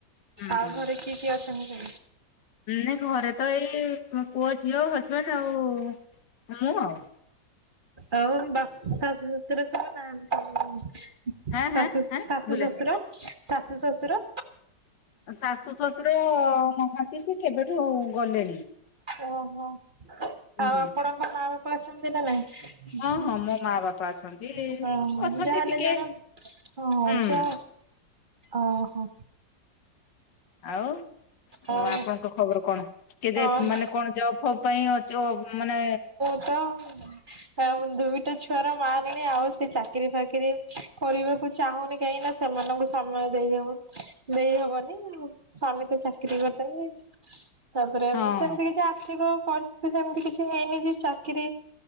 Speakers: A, on the left; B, on the right.
A: ହୁଁ।
B: ଆଉ ଘରେ କିଏ କିଏ ଅଛନ୍ତି?
A: ନାଇଁ ଘରେ ତ ଏଇ ପୁଅ ଝିଅ ହଜବେଣ୍ଡ ଆଉ ମୁଁ ଆଉ।
B: ଆଉ ବାପ ଶାଶୁ ଶଶୁର ସବୁ ନାହାନ୍ତି?
A: ହାଁ ହାଁ
B: ଶାଶୁ-ଶାଶୁ
A: ହାଁ ଶୁଭିଲା
B: ଶଶୁର ଶାଶୁ ଶଶୁର
A: ଶାଶୁ ଶଶୁର ନାହାନ୍ତି ସେ କେବେଠୁ ଗଲେଣି।
B: ଓହୋ
A: ହୁଁ
B: ଆଉ ଆପଣଙ୍କ ମା ବାପା ଅଛନ୍ତି ନା ନାଇଁ?
A: ହଁ ହଁ ମୋ ମା ବାପା ଅଛନ୍ତି ଅଛନ୍ତି
B: ଯାହେଲେ
A: ଟିକେ
B: ଜଣେ ହଁ
A: ହୁଁ
B: ଯା ଓହୋ।
A: ଆଉ
B: ଆଉ
A: ଆପଣଙ୍କ ଖବର କଣ କେଯାଏ
B: ହଁ
A: ମାନେ କଣ ଜବ୍ ଫବ୍ ପାଇଁ ଅଜଵ୍ ମାନେ
B: <unintelligible> ଆ ଦୁଇଟା ଛୁଆର ମା ହେଲାଣି, ଆଉ ସେ ଚାକିରି ଫାକିରି କରିବାକୁ ଚାହୁଁନି, କାହିଁକିନା ସେମାନଙ୍କୁ ସମୟ ଦେଇ ହବନି ଦେଇ ହବନି। ସ୍ଵାମୀ ତ ଚାକିରି କରିଚନ୍ତି, ତାପରେ
A: ହଁ
B: ସେମ୍ତି କିଛି ଆର୍ଥିକ ପରିସ୍ <unintelligible> ସେମ୍ତି କିଛି ହେଇନି ଯେ ଚାକିରି